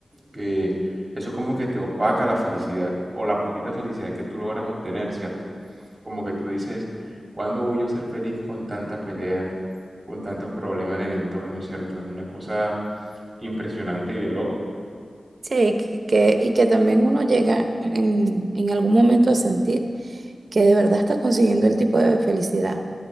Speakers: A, on the right; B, on the right.
A: que eso como que te opaca la felicidad o la poquita felicidad que tú logras obtener, ¿cierto? Como que tú dices, ¿cuándo voy yo a ser feliz con tanta pelea, con tanto problema en el entorno, ¿cierto? Es una cosa impresionante y de loco.
B: Sí, que, que- y que también uno llega en, en algún momento a sentir. que de verdad estás consiguiendo el tipo de felicidad. O